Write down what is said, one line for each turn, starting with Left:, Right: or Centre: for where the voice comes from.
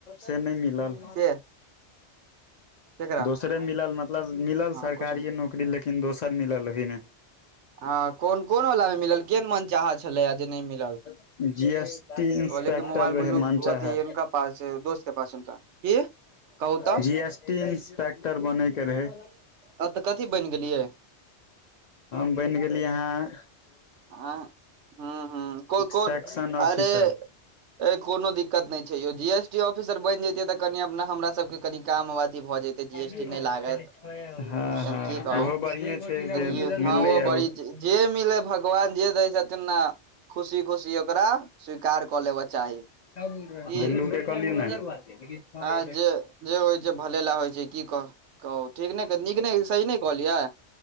Left: से नय मिलल
Right: के केकरा
Left: दोसरे मिलल मतलब मिलल
Right: हँ
Left: सरकारीए
Right: कुछो नहि
Left: नौकरी लेकिन दोसर मिलल ओहिमे
Right: हँ कोन कोन वला मे मिलल केहन मन चाहा छलै जे नहि मिलल
Left: <inaudible> जी एस टी इंस्पेक्टर
Right: कहले कि मोबाइल बुल्लू
Left: मनचाहा
Right: अथी हुनका पास दोस्त के पास हुनका की कहू तऽ
Left: <inaudible> जी एस टी टी इंस्पेक्टर बनय के रहै
Right: अ तऽ कथी बैन गेलियै
Left: <inaudible> हम बैन गेली हाँ
Right: हँ हू हू कोइ कोट
Left: सेक्शन ऑफिसर
Right: अरे कोनो दिक्कत नय छै यौ जी एस टी ऑफिसर बनि जेतियै तऽ कनि अपना हमरा सभके कनी काम <unintelligible> भऽ जैतै
Left: हँ
Right: जी एस टी नय लागत तखैन
Left: हँ
Right: कि कहू
Left: ओहो बढ़िए
Right: <unintelligible>
Left: छै जे मिललैए
Right: ह ओ बड़ी जे मिलै भगवान जे दै छथिन न खुशी खुशी ओकरा स्वीकार कऽ लेब चाही
Left: <inaudible>
Right: की
Left: बिल्लू के कहलियै न
Right: जे आ जे जे होइ छै भले लै होइ छै की कह कहू ठीक ने नीक नय सही नय कहलियै